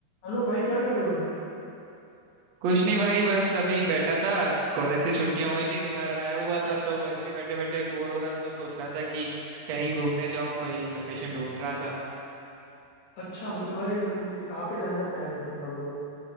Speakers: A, on the left (about 75°); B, on the right (about 75°).
A: Hello भाई क्या कर रहे हो
B: कुछ नहीं भाई बस अभी बैठा था कॉलेज से छुट्टियां हुई थी तो घर आया हुआ था तो ऐसे ही बैठे बैठे बोर हो रहा था तो सोच रहा था कि कहीं घूमने जाऊं कहीं लोकेशन ढूंढ रहा था
A: अच्छा मतलब अरे मतलब कि कहाँ पे जाने का प्लान है मतलब